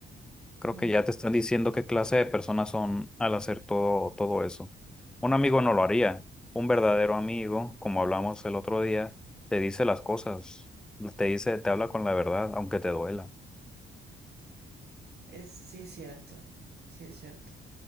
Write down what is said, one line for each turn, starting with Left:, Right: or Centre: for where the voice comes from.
Centre: Creo
Right: Mm,
Centre: que ya te están diciendo qué clase de personas son al hacer todo, todo eso. Un amigo no lo haría. Un verdadero amigo, como hablamos el otro día, te dice las cosas, te dice, te habla con la verdad, aunque te duela.
Right: es, sí es cierto, sí es cierto.